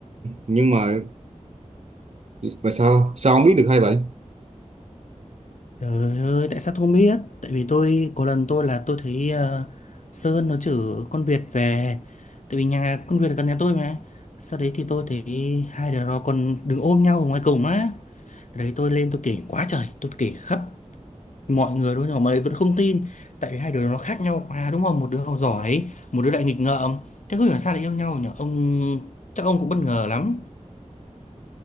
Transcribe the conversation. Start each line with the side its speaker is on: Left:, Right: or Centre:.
Right: nhưng mà mà sao sao ông biết được hay vậy
Left: Trời ơi, tại sao tôi không biết? Tại vì tôi, có lần tôi là tôi thấy ờ, Sơn nó chửi con Việt về. Tại vì nhà con Việt là gần nhà tôi mà. Sau đấy thì tôi thấy hai đứa nó còn đứng ôm nhau ở ngoài cổng á. Đấy tôi lên tôi kể quá trời, tôi kể khắp mọi người luôn nhưng mà mọi người vẫn không tin. Tại vì hai đứa nó khác nhau quá đúng không? Một đứa học giỏi, một đứa lại nghịch ngợm. Thế không hiểu sao lại yêu nhau nhỉ? Ông, chắc ông cũng bất ngờ lắm.